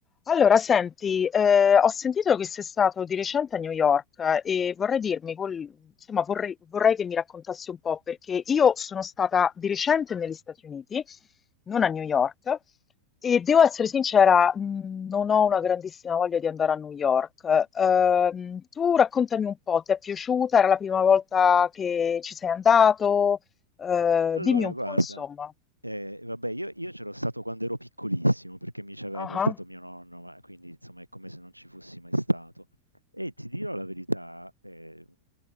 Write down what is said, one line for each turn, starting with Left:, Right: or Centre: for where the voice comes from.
Left: Allora, senti, eh, ho sentito che sei stato di recente a New York eh, e vorrei dirmi, qual- insomma, vorrei, vorrei che mi raccontassi un po', perché io sono stata di recente negli Stati Uniti, non a New York, e devo essere sincera, mh, non ho una grandissima voglia di andare a New York. Ehm, tu raccontami un po', ti è piaciuta? Era la prima volta che ci sei andato? Eh,
Right: Allora,
Left: dimmi un
Right: guarda,
Left: po', insomma.
Right: eh, vabbè, io, io c'ero stato quando ero piccolissimo perché mi ci aveva
Left: Ah,
Right: portato
Left: ah.
Right: mio nonno, ma quindi insomma è come se non ci fossi mai stato. E ti dirò la verità, eh,